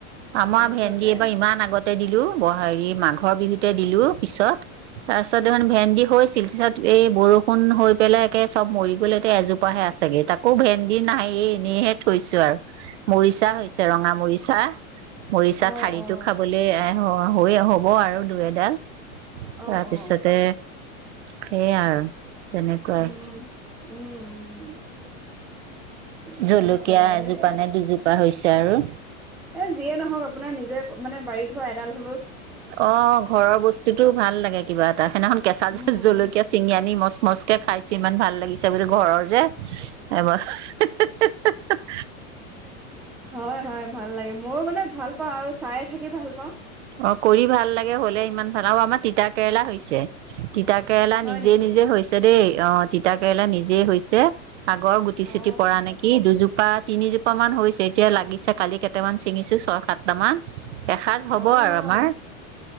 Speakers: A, on the right (about 60°); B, in the centre.
A: আমাৰ
B: তাৰপিছতে
A: ভেন্দি এইবাৰ ইমান আগতে দিলো ব হেৰি মাঘৰ বিহুত তে দিলো পিছত তাৰ পিছত ইমান ভেন্দি হৈছিল পিছত এই বৰষুণ হৈ পেলে একে চব মৰি পেলে টে এজোপাাহে আছেগে তাকো ভেন্দি নাই এনেইহে থৈছো আৰু মৰিচা হৈছে, ৰঙা মৰিচা।। মৰিচা
B: অ
A: ঠাৰিটো
B: অ
A: খাবলৈ।। অ হৈ হ'ব আৰু দুই এডাল।
B: অ
A: তাৰপিছতে।।
B: অ অ
A: সেইয়াই আৰু তেনেকুৱাই
B: উম উম। ঠিকে
A: জলকীয়া
B: আছে বাৰু
A: এজোপা
B: এই
A: নে দুজোপা হৈছে আৰু।।
B: এ যিয়ে নহওক আপোনাৰ নিজে মানে বাৰীত হোৱা এডাল হ'লে।।
A: অ ঘৰৰ বস্তুতটো ভাল লাগে কিবা এটা। সেইদিনাখন কেঁচা
B: উম
A: জ জলকীয়া
B: উম।
A: চিঙি আনি মস।। মজকে খাইছো ইমান ভাল লাগিছে বোলে ঘৰৰ।। যে এব।।
B: হয় হয় ভাল লাগে ময়ো মানে ভাল পাওঁ। আৰু চায়ে থাকি ভাল পাওঁ।
A: অ কৰি ভাল লাগে হলে ইমান ভাল অ আমাৰ তিতা কেৰেলা হৈছে। তিতাকেৰেলা
B: হয়
A: নিজে
B: নেকি
A: নিজে হৈছে দেই। অ তিতাকেৰেলা নিজেই হৈছে। আগৰ গুটি
B: অ
A: চুটি পৰা নেকি দুজো আহ তিনিজোপা মান হৈছে, এতিয়া লাগিছে, কালি কেইটামান চিঙিছো ছয় সাতট মান এ হ'ব
B: অ
A: আৰু আমাৰ